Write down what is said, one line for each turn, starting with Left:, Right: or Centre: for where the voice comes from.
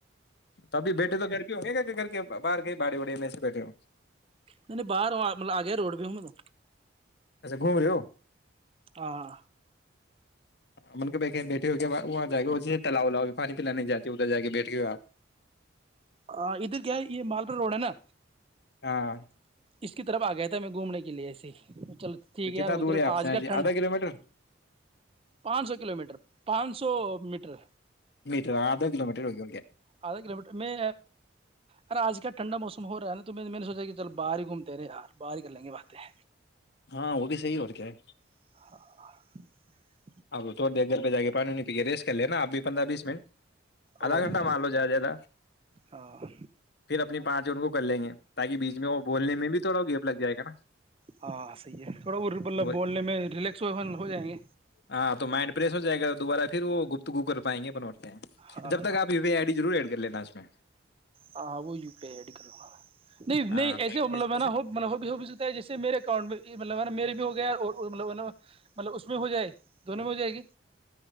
Left: تو ابھی بیٹھے تو گھر کے ہوں گے گ گھر کے باہر گئی باڑی واڑی میں سے بیٹھے ہوں
Right: نہیں نہیں باہر مط آ گیا روڈ پ ہ م تو
Left: گھوم رہے ہو
Right: ہاں
Left: منھے بیٹھے ہوئے وہاں جا تاللاؤ الاؤ پانی کےلا نہیں جاتی ادھر جا کے بیٹھے ہوئے آپ
Right: ہ ادھر کیا ہے یہ مالرا روڈ ہے نا
Left: ہاں
Right: اس کی طرف آ گیا تھا میں گھومنے کے لیے ایس ہی چلو ٹھیک
Left: تو
Right: ہے یار
Left: کتنا
Right: ادھر
Left: دور آپ
Right: آج
Left: سے
Right: کیا
Left: جی
Right: ٹھنڈ
Left: آدھا کلو میٹر
Right: پانچ سو کلو میٹر پانچ سو پان سو میٹر
Left: میٹر آدھ کو میٹر ہوگ
Right: اد کلو مٹر میں ار آج کلٹھڈا موسم ہو رہا ہےا تو میں میں نے سوچا کہ چل باہر گوم رہے ار باہ ہی کریں گے باطہ
Left: ہاں وہ بھی صحیح اور کیا ہے
Right: ہاں
Left: آپ تھوڑ دیر گھر پہ جا کے پانی پی کے ریسٹ کر لینا آب بھی پندرہ بیس منٹ
Right: اور
Left: آدھا گھنٹہ
Right: کیا
Left: مار لو جیادہ زیادہ
Right: ہاں
Left: پھر اپنی پچ جنوں کو کر لیں گے تاکہ بیچ میں وہ بولنے میں بھی تھوڑا گیپ لگ جائے گا نا
Right: ہاں صحیح ہے تھوڑا مطلب
Left: وہ
Right: بولنے میں ریلیکس ہو جائیں گے
Left: ہاں تو مائنڈ فریش ہو جائے گا دوبارہ پھر وہ گپت گوپ کر پائیںے اپن
Right: ہاں
Left: جب تکپی پی آئی آئی ڈیضرور ایڈ کر لیتے ہیں اس میں
Right: ہاں وہ ی پی آئی آئی ڈی کر لوں گا نہیں
Left: ہاں
Right: ایسے
Left: جیسے
Right: مطلب
Left: جیسے
Right: نا ہو ہوتا جیے میرے اکاؤنٹ میںل نا میرے بھی ہو گیا اور مطلب نا مطلب اس میں ہو جائے دونوں میں ہو جائے گی